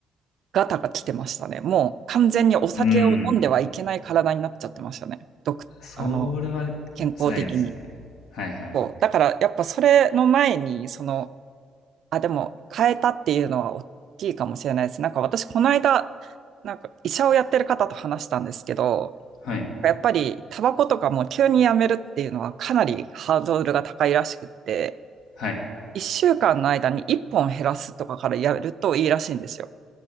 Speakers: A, on the right; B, on the left.
A: ガタが来てましたね。もう完全にお酒を飲んではいけない体になっちゃってましたね。
B: うーん。
A: どく、
B: それは
A: あの、健康的に。
B: 辛いですよね。はいはい。
A: そう。だからやっぱそれの前に、その、あ、でも変えたっていうのは大きいかもしれないです。なんか私この間、なんか医者をやってる方と話したんですけど、
B: はい。
A: やっぱりタバコとかも急にやめるっていうのはかなりハードルが高いらしくって、
B: はい。
A: 1週間の間に1本減らすとかからやるといいらしいんですよ。